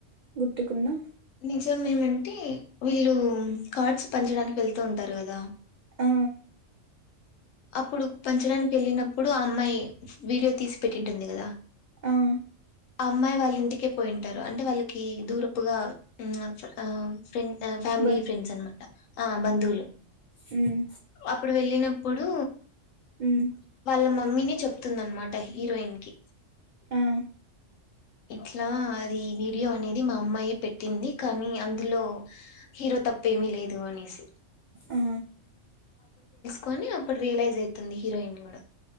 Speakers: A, on the right; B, on the left.
A: గుర్తుకుందా
B: నిజంఎమంటే వీళ్ళు కార్డ్స్ పంచడానికి వెళ్తూ ఉంటారు కదా
A: ఆ!
B: అప్పుడు పంచడానికి వెళ్ళినప్పుడు ఆ అమ్మాయి వీడియో తీసి పెట్టింటుంది కదా
A: ఆ
B: ఆ అమ్మాయి వాళ్ళ ఇంటికే పోయింటారు అంటే వాళ్ళకి దూరపుగా ఉ ఆ ఫ్రెండ్ ఫ్యామిలీ
A: బన్
B: ఫ్రెండ్స్ అనమాట ఆ బంధువులు
A: హ్మ్.
B: అప్పుడు వెళ్ళిన ప్పుడు
A: హ్మ్.
B: వాళ్ళ మమ్మీనే చెప్తుంది అనమాట హీరోయిన్ కి
A: ఆ
B: ఇట్లా అది వీడియో అనేది మా అమ్మాయే పెట్టింది కానీ అందులో రో తప్పు ఏమీ లేదు అనేసి
A: ఆ
B: కొని అప్పుడు రియలైజ్ అవుతుంది హీరోయిన్ కూడా